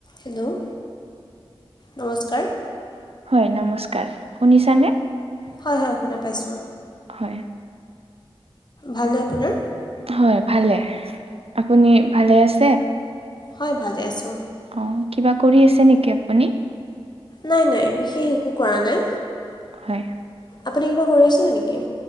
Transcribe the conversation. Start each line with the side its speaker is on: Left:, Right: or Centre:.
Left: Hello, নমস্কাৰ।
Right: হয়, নমস্কাৰ শুনিছানে?
Left: হয়, হয়। শুনা পাইছোঁ।
Right: হয়।
Left: ভালনে আপোনাৰ?
Right: হয় ভালে। আপুনি ভালে আছে?
Left: হয়। ভালে আছোঁ।
Right: অ কিবা কৰি আছে নেকি আপুনি?
Left: নাই, নাই। বিশেষ একো কৰা নাই।
Right: হয়।
Left: আপুনি কিবা কৰি আছিলে নেকি?